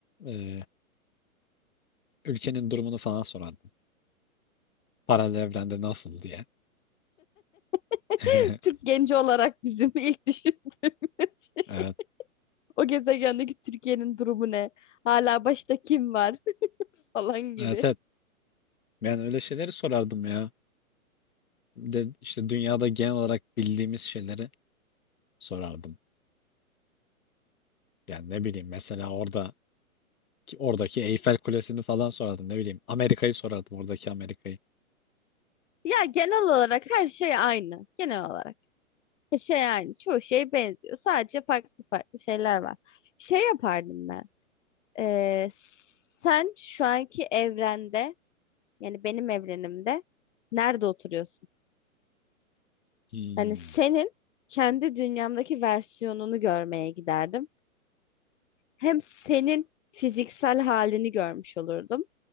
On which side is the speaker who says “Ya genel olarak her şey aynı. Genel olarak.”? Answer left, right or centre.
Left